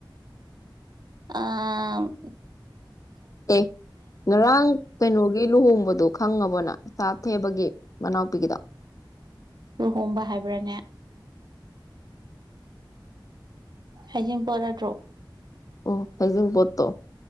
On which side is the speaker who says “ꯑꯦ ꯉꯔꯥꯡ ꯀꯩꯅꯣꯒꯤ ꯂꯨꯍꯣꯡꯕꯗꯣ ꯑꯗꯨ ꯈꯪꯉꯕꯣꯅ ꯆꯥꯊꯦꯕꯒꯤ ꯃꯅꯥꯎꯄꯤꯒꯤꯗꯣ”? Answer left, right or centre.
Left